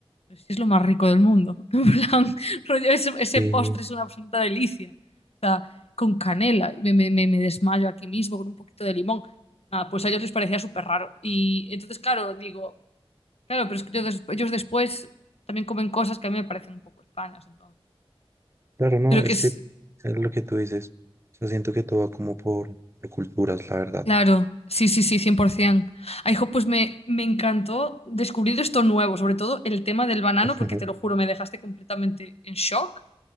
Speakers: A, on the left; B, on the right.
A: pero si es lo más rico del mundo. <laughs> En plan, rollo, ese, ese
B: Y
A: postre es una absoluta delicia. O sea, con canela, me, me- me- me desmayo aquí mismo con un poquito de limón. Nada, pues a ellos les parecía súper raro. Y entonces, claro, digo, claro, pero es que yo des- ellos después también comen cosas que a mí me parecen un poco extrañas, entonces.
B: claro, no,
A: Creo
B: es
A: que es,
B: que es lo que tú dices. Yo siento que todo va como por, por culturas, la verdad.
A: Claro, sí, sí, sí, 100%. Ay, jo, pues me, me encantó descubrir esto nuevo, sobre todo el tema del banano,
B: Ujú.
A: porque
B: <laughs>
A: te lo juro, me dejaste completamente en shock,